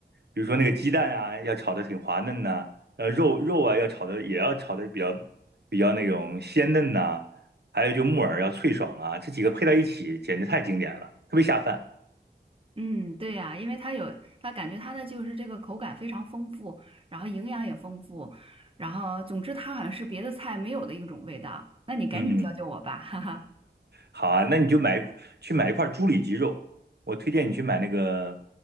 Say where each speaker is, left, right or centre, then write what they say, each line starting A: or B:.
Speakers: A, on the right; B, on the right.
A: 比如说那个鸡蛋啊，要炒的挺滑嫩呐、呃，肉肉啊要炒的也要炒的比较比较那种鲜嫩呐、还有就木耳要脆爽啊，这几个配在一起，简直太经典了，特别下饭。
B: 嗯，对呀，因为它有，它感觉它的就是这个口感非常丰富，然后营养也丰富，然后总之它好像是别的菜没有的一种味道。那你赶紧教教我吧，
A: 嗯。
B: 哈哈。
A: 好啊，那你就买去买一块猪里脊肉，我推荐你去买那个，